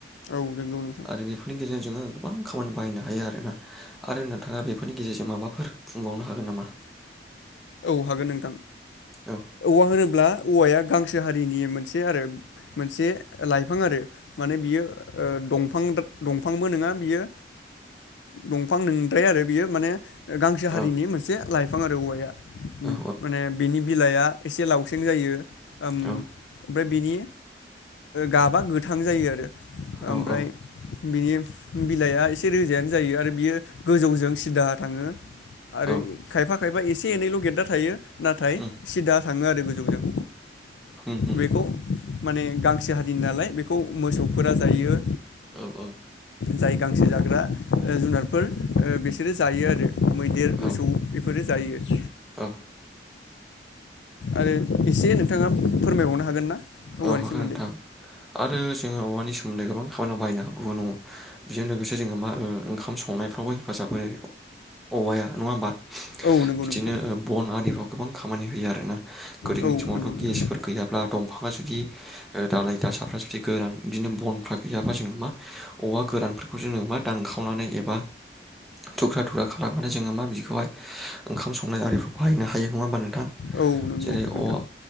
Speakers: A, on the left; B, in the centre.
A: औ नंगौ नोंथां।
B: आरो बेफोरनि गेजेरजों जोङो गोबां खामानि बाहायनो हायो आरोना आरो। नोंथाङा बेफोरनि गेजेरजों माबाफोर बुंबावनो हागोन नामा?
A: औ हागोन नोंथां।
B: औ
A: औवा होनोब्ला औवाया <unintelligible> गोसो हारिनि मोनसे आरो मोनसे लाइफां आरो माने बियो दंफां- दंफांबो नङा बियो दंफां नोंद्राया आरो बियो माने गांसो हारिनि
B: औ
A: मोनसे लाइफां बिफां आरो औवाया
B: औ
A: माने बिनि बिलाइआ एसे लावसेें जायो। ओम।
B: औ
A: ओमफ्राय बिनि गाबा गोथां जायो। आरो ओमफ्राय
B: औ औ
A: बिनि बिलाइआ एसे रोजायानो जायो आरो बियो गोजौजों सिदा थाङो। आरो
B: औ
A: खायफा खायफा एसे एसे एनैल' गेददा थायो। नाथाय
B: उम।
A: सिदा थाङो आरो गोजौजों।
B: उम उम
A: बेखौ माने गांसो हारिनि नालाय बेखौ मोसौफोरा जायो।
B: औ -औ।
A: जाय गांसे जाग्रा जुनारफोर बिसोरो जायो आरो। मैदेर,
B: औ
A: मोसौ बेफोरो जायो।
B: औ।
A: आरो एसे नोंथाङा फोरमायबावनो हागोन ना? औवानि
B: औ हागोन
A: सोमोन्दै
B: नोंथां आरो जोङो औवानि <unintelligible> <unintelligible> गोबां खामानियाव बाहायनो हाबावो‌ न'? बेजों लोगोसे जोङो मा ओंखाम संनायफ्रावबो हेफाजाब होनो औवाया। नङा होमबा?
A: औ नंगौ
B: बिदिनो
A: नोंथां
B: ओ बन आरिफ्राव गोबां खामानि होयो आरोना। गोदोनि
A: औ
B: समावथ'
A: नंगौ नोंथां
B: गेसफोर गैयाब्ला दंफां <unintelligible> दालाय- दासाफ्रा जुदि गोरान बिदिनो बनफ्रा गैयाबा जोङो मा औवा गोरानफोरखौ जोङो मा दानखावनानै एबा थुख्रा-थुख्रा खालामनानै जोङो मा बिदिखौहाय ओंखाम संनाय आरिफ्र बाहायनो हायो। नङा होमबा नोंथां?
A: औ नंगौ
B: जेरै
A: नोंथां
B: औवा